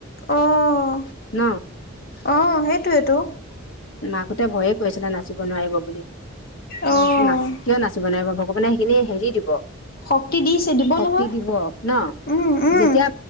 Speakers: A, on the left; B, on the left.
A: অহ
B: ন
A: অ' সেইটোৱেটো।
B: মাকহতে ভয়ে কৰিছিলে নাচিব নোৱাৰিব বুলি
A: অ',
B: মই কৈছোঁ কিয় নাচিব নোৱাৰিব ভ। ভগবানে সেইখিনি হেৰি দিব।
A: শক্তি দিছে দিব
B: শক্তি
A: নহয়।
B: দিব ন
A: উম, উম,
B: যেতিয়া